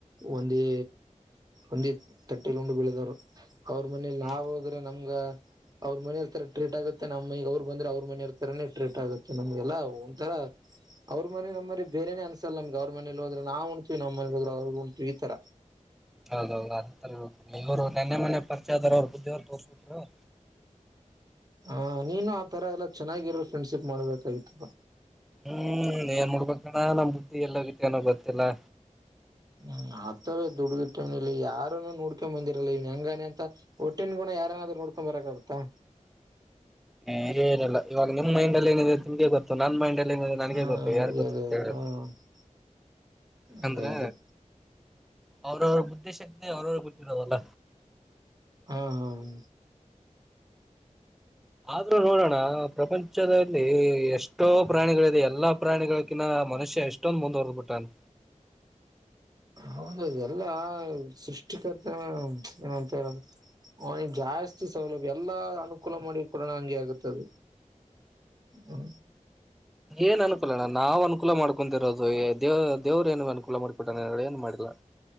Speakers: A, on the right (about 30°); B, in the centre.
A: ಒಂದೇ ಒಂದೇ ತಟ್ಟಿಲಿ ಉಂಡ್ ಬೆಳೆದವ್ರು ಅವ್ರ ಮನೇಲಿ
B: ಹ್ಮ್
A: ನಾವು ಹೋದ್ರೆ ನಮ್ <unintelligible> ಗ ಅವ್ರ ಮನೆ ಇರ್ತರ ಟ್ರೀಟ್ ಆಗುತ್ತೆ ನಮ್ ಮನೆಗೆ ಅವ್ರ ಬಂದ್ರೆ ಅವ್ರ ಮನೆರ್ ತರಾನೇ ಟ್ರೀಟ್ ಆಗುತ್ತೆ. ನಮ್ಗೆಲ್ಲ ಒಂಥರ. ಅವ್ರ ಮನೆ ನಮ್ಮ ಮನಿ ಬೇರೆ ಅನ್ಸಲ್ಲ ನಮಗೆ ಅವ್ರ ಮನೇಲೋದ್ರೇ ನಾವ್ ಉಂಣ್ತೀವಿ ನಮ್ಮ ಮನೇಗ್ ಹೋದ್ರೇ ಉಂಣ್ತೀವಿ ಈ ತರ.
B: ಹೌದೌದು ಅದ ತರ ಇರಬೇಕು ನೆನ್ನೆ ಮೊನ್ನೆ ಪರಿಚಯ ಆದಾರು ಅವ್ರ ಬುದ್ಧಿ ಅವರ್ ತೋರ್ಸ್ಬಿಡ್ತಾರೆ.
A: ಹ ನೀನು ಆತರ ಎಲ್ಲ ಚೆನ್ನಾಗಿರೋ ಫ್ರೆಂಡ್ಶಿಪ್ ಮಾಡ್ಬೇಕಾಗಿತ್ತಪ್ಪ.
B: ಹ್ಮ್ ಏನ್ ಮಾಡ್ಬೇಕಣ್ಣ ನಮ್ ಬುದ್ಧಿ ಎಲ್ಲ ಹೋಗಿತ್ತೋ ಏನೋ ಗೊತ್ತಿಲ್ಲಾ.
A: ಹ್ಮ್ ಆತವ ದುಡ್ಡುಟ ಟೈಮ್ನ ಇಲ್ಲಿ ಯಾರನ್ನು ನೋಡ್ಕೊಂಡ ಬಂದಿರಲ್ಲ ಹೆಂಗಾವ್ನೇ ಅಂತ. ಹುಟ್ಟಿನ ಗುಣ ಯಾರನಾದ್ರು ನೋಡ್ಕೊಂಡ್ ಬರೋಕಾಗುತ್ತಾ.
B: ಹ ಎನ್ನಿಲ್ಲ ಇವಾಗ ನಿಮ್ ಮೈಂಡಲ್ಲಿ ಏನಿದೆ ಅಂತ ನಿಮಗೆ ಗೊತ್ತು ನನ್ ಮೈಂಡಲ್ಲಿ <unintelligible> ಇಲ್ಲಿ ನನಗೇ
A: ಹ
B: ಗೊತ್ತು ಯಾರಿಗ್ ಗೊತ್ತಿರುತ್ತೆ
A: ಅದೇ ಅದೇ ಅದೇ
B: ಹೇಳಿ
A: ಹ
B: ಯಾಕಂದ್ರೆ.
A: ಅದೇ ಅದೇ
B: ಅವ್ರವ್ರರ ಬುದ್ಧಿಶಕ್ತಿ ಅವರವರಿಗೆ ಬಿಟ್ಟಿರೋದಲ್ಲ.
A: ಹಾ ಹಾ ಹಾ
B: ಆದ್ರೂ ನೋಡೋಣ ಪ್ರಪಂಚದಲ್ಲಿ ಎಷ್ಟೋ ಪ್ರಾಣಿಗಳಿದೆ ಎಲ್ಲಾ ಪ್ರಾಣಿಗಳಗಿಂತ ಮನುಷ್ಯ ಎಷ್ಟೊ <unintelligible> ಮುಂದುವರಿದುಬಿಟ್ಟಿದ್ದಾನೆ.
A: ಹೌದು ಎಲ್ಲಾ ಸೃಷ್ಟಿಕರ್ತನ ಏನ್ ಅಂತ ಹೇಳದು. ಅವನಿಗೆ ಜಾಸ್ತಿ ಸೌಲಭ್ಯ ಎಲ್ಲಾ ಅನುಕೂಲ ಮಾಡಿ ಕೊಡೋಣ ಹಂಗೆ ಆಗುತ್ತದು. ಹ್ಮ
B: ಏನ್ ಅನುಕೂಲ ನಾವು ಅನುಕೂಲ ಮಾಡ್ಕೊಂತಿರೋದು ದೇ ದೇವ್ರು ಏನು ಅನುಕೂಲ ಮಾಡ್ಕೊಟ್ಟನೇ ಏನ್ ಮಾಡಿಲ್ಲಾ.